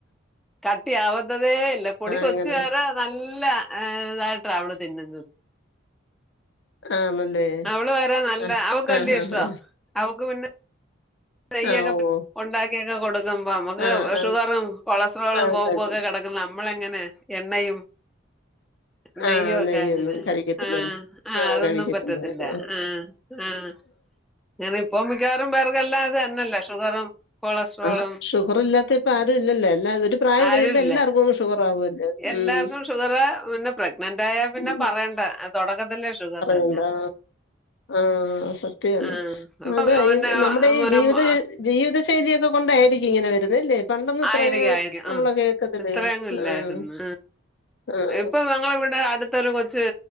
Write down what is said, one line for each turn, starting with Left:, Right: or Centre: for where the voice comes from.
Centre: കട്ടിയവത്തതേ ഇല്ല പൊടി കൊച്ചു
Left: അങ്ങനെ
Centre: വെരെ നല്ല ഏഹ് തായിട്ട അവള് തിന്നുന്നത്.
Left: ആണല്ലേ
Centre: അവള് വെരെ നല്ല
Left: ആ
Centre: അവക്ക്
Left: ആ
Centre: വല്യഷ്ട
Left: ആ ആ
Centre: അവക്ക് പിന്നെ നെയ്യൊക്കെ
Left: ആ
Centre: പെ
Left: ഓ
Centre: ഉണ്ടാക്ക്യൊക്കെ കൊടുക്കും. താവുമ്പം അമ്മക്ക്
Left: ആ ആ
Centre: ഷുഗറും കൊളസ്ട്രോളും
Left: ആ
Centre: കോപ്പൊ
Left: കഴിച്ച്
Centre: ക്കെ കെടക്കുന്ന അമ്മളെങ്ങനെ എണ്ണയും നെയ്യൊക്കെ
Left: ആ നെയ്യൊന്നും
Centre: അങ്ങനെ
Left: കഴിക്കത്തില്ലല്ലോ
Centre: ആഹ് ആഹ്
Left: ആ
Centre: അതൊന്നും
Left: കഴിക്കത്തില്ല
Centre: പറ്റത്തില്ല.
Left: ആ ആ
Centre: ആഹ് ആഹ് ഇങ്ങനെ ഇപ്പം മിക്കവാറും പേർക്കെല്ലാം തെന്നല്ലേ ഷുഗറും കൊളസ്ട്രോളും
Left: ആഹ് ഷുഗറില്ലാത്തെപ്പാരുലല്ലോ എല്ലാ ഒരു പ്രായം
Centre: ആരുമില്ല
Left: കഴിയുമ്പോ എല്ലാർക്കും ഷുഗർ ണ്ടാവോല്ലോ ഉം
Centre: എല്ലാവർക്കും ഷുഗറ് പിന്നെ പ്രഗ്നന്റ് ആയാൽ പിന്നെ
Left: <unintelligible>
Centre: പറയണ്ട
Left: ഉം
Centre: തുടക്കത്തിലേ ഷുഗർ തന്നെ
Left: <unintelligible> എന്താ? ആഹ് സത്യാണ്
Centre: ആഹ് ഇപ്പൊ
Left: അതെ
Centre: പിന്നെ
Left: ഇ നമ്മടെ ഈ
Centre: പിന്നെ
Left: ജീവിത ജീവിത ശൈല്യൊക്കെ കൊണ്ടായിരിക്കും ഇങ്ങനെ വെരുന്നേ ലേ പണ്ടൊന്നും ഇത്രയങ്ങ്
Centre: ആയിരിക്കും ആയിരിക്കും
Left: നമ്മള്
Centre: ആഹ്
Left: കേക്കത്തില്ലേനു
Centre: ഇത്രയങ്ങും ഇല്ലായിരുന്നു
Left: ആഹ്. ആഹ്
Centre: ഇപ്പൊ ഞങ്ങളിവിടെ അടുത്തൊരു കൊച്ച്